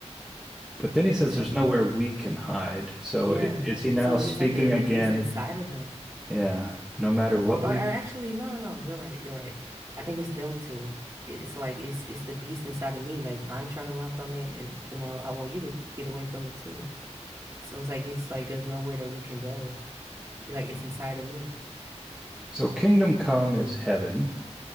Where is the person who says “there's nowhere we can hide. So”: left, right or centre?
Centre